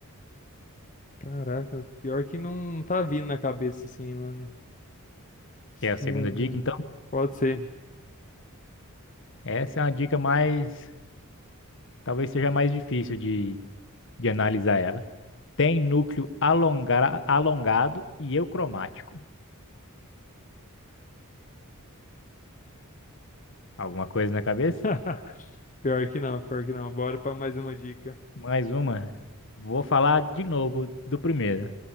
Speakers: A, on the left; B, on the left.
A: Caraca, pior que não tá vindo na cabeça assim, mano. Será?
B: Que é a segunda dica, então?
A: Pode ser.
B: Essa é uma dica mais. Talvez seja mais difícil de, de analisar ela. Tem núcleo alonga- alongado e eucromático. Alguma coisa na cabeça?
A: <laughs> Pior que não, pior que não. Bora pra mais uma dica.
B: Mais uma. Vou falar de novo do primeiro.